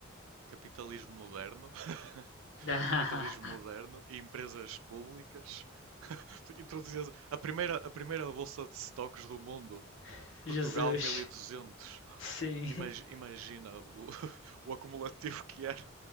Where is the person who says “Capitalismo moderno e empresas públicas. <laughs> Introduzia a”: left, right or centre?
Right